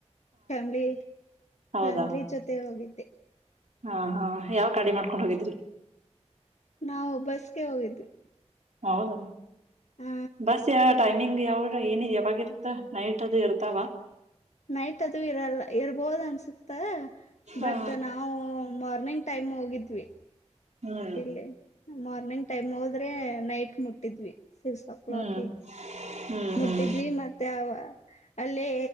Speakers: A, on the left; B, on the right.
A: ಫ್ಯಾಮಿಲಿ
B: ಹೌದಾ
A: ಫ್ಯಾಮಿಲಿ ಜೊತೆ ಹೋಗಿದ್ದೆ.
B: ಹಾ ಹಾ ಯಾವ್ ಗಾಡಿ ಮಾಡ್ಕೊಂಡ್ ಹೋಗಿದ್ರಿ.
A: ನಾವು ಬಸ್ಗೆ ಹೋಗಿದ್ವಿ.
B: ಹೌದ.
A: ಹ
B: ಬಸ್ ಯಾವ್ ಟೈಮಿಂಗ್ ಯಾವುರ್ ಏನ್ ಯಾವಾಗಿರುತ್ತ್ ನೈಟ್ ಅದು ಇರ್ತಾವ.
A: ನೈಟ್ ಅದು ಇರಲ್ಲ ಇರ್ಬೋದ್ ಅನ್ಸುತ್ತ.
B: ಹಾ
A: ಬಟ್ ನಾವು ಮಾರ್ನಿಂಗ್ ಟೈಮ್ ಹೋಗಿದ್ವಿ.
B: ಹ್ಮ್
A: ಇಲ್ಲಿ ಮಾರ್ನಿಂಗ್ ಟೈಮ್ ಹೋದ್ರೆ ನೈಟ್ ಮುಟ್ಟಿದ್ವಿ. ಸಿಕ್ಸೋ ಕ್ಲಾಕ್ಗೆ
B: ಹ್ಮ್ ಹ್ಮ್
A: ಮುಟ್ಟಿದ್ವಿ
B: ಹ್ಮ್
A: ಮತ್ತೆ ಅವ ಅಲ್ಲೆ